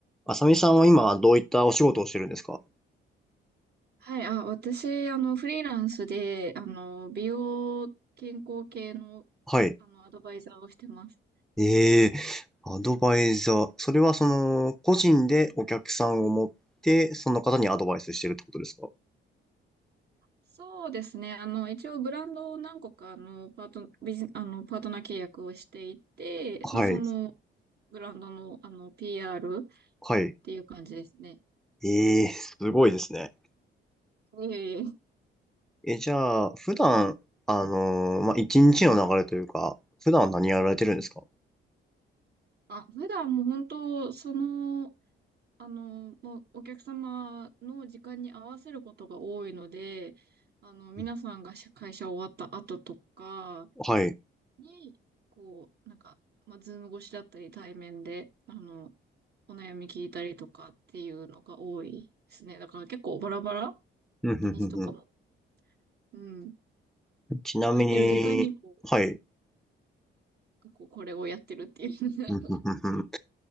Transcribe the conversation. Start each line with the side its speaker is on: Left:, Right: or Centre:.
Centre: あさみさんは今どういったお仕事をしてるんですか
Right: はい、あ、私、あの、フリーランスで、あの、美容健康系の、
Centre: はい。
Right: あの、アドバイザーをしてます。
Centre: ええ、アドバイザー。それはその、個人でお客さんを持って、その方にアドバイスしてるってことですか
Right: そうですね。あの、一応ブランドを何個か、あの、パート、ビジ、あの、パートナー契約をしていて、
Centre: はい。
Right: まあ、その、ブランドの、あの、PR っ
Centre: はい。
Right: ていう感じですね。
Centre: ええ、すごいですね。
Right: いえいえ。
Centre: え、じゃあ、普段、あのーまあ、一日の流れというか、普段は何やられてるんですか
Right: あ、普段もう本当、その、あの、もうお客様の時間に合わせることが多いので、あの、皆さんが会社終わった後とか、
Centre: うんはい。
Right: に、こう、なんか、まあ、ズーム越しだったり、対面で、あの、お悩み聞いたりとかっていうのが多いですね。だから結構バラバラ、
Centre: うんうんうんうん
Right: 土日とかも。うん。
Centre: ちなみに、
Right: 空いてる時間に、こ
Centre: はい。
Right: う、こうこれをやってるっていう。<laughs>
Centre: うんうんうんうん